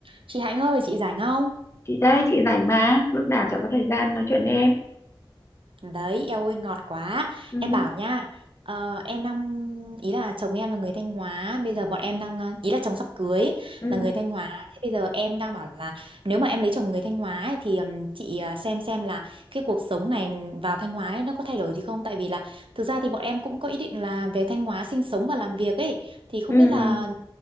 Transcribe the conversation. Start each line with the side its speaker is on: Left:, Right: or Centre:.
Right: Chị Hạnh ơi, chị rảnh không?
Left: chị đây chị rảnh mà lúc nào chả có thời gian nói chuyện với em
Right: Đấy, eo ơi ngọt quá.
Left: ừ,
Right: Em bảo nha, ờ, em đang ý là chồng em là người Thanh Hóa, bây giờ bọn em đang ờ, ý là chồng sắp cưới
Left: ừ
Right: là người Thanh Hóa. Thế bây giờ em đang bảo là nếu mà em lấy chồng người Thanh Hóa ấy, thì ừm, chị ờ, xem xem là cái cuộc sống này vào Thanh Hóa ấy, nó có thay đổi gì không? Tại vì là thực ra thì bọn em cũng có ý định là về Thanh Hóa sinh sống và làm việc ấy, thì không
Left: ừ
Right: biết là
Left: ừ